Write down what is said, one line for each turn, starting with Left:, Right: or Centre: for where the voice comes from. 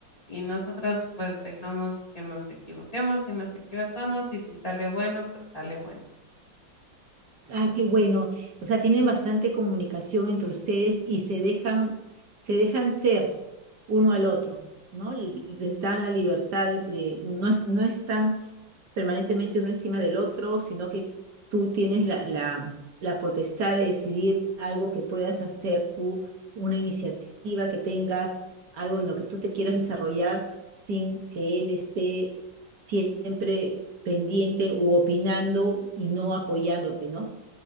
Left: Y nosotros pues dejamos que nos equivoquemos y nos equivocamos y si sale bueno, pues sale bueno.
Right: Ay, qué bueno. O sea, tienen bastante comunicación entre ustedes y se dejan, se dejan ser uno al otro, ¿no? Le- Les dan la libertad de, de- no es, no están permanentemente uno encima del otro, sino que tú tienes la, la, la potestad de decidir algo que puedas hacer tú, una iniciativa que tengas, algo en lo que tú te quieras desarrollar sin que él esté siempre pendiente u opinando y no apoyándote, ¿no?